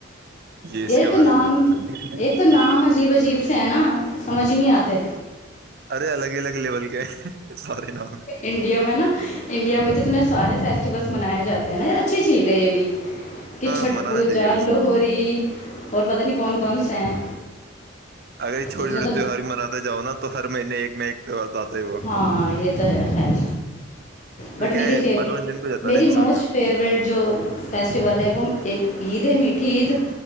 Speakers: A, on the right; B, on the left.
A: اس
B: یہ
A: کے
B: تو
A: بارے
B: نام
A: میں مجھے پتا ہے
B: ایک تو نام عجیب عجیب ہے نا سمجھ ہی نہیں آتے
A: ارے الگ ہی الگ لیول کے سور نو
B: انڈیا میں نا انڈیا میں تو اتنے سارے فیسٹیولس منائے جاتے ہیںا اچھی چیز ہے یہ بھی کہ
A: ہاں
B: چھٹ
A: منانا
B: پوجا
A: چاہیے ویسے
B: لہری اور پتا نہیں کون کون سےا ہیں
A: اگر یہ چھوٹے
B: اتنے
A: چھوٹے
B: تو
A: تیوار مناتے جاؤ نا تو ہر مہینے ایک میں ایک تو آتا ہی ہوا
B: ہاں یہ تو ہے خیر بٹ
A: پھر کیا
B: میری
A: ہے
B: فیور
A: منورنجن بھی ہو جاتا ہے
B: میری
A: نا انسان
B: موسٹ
A: کا
B: فیوریٹ جو فیسٹیول ہے وہ ایک عید ہے میٹ ھیید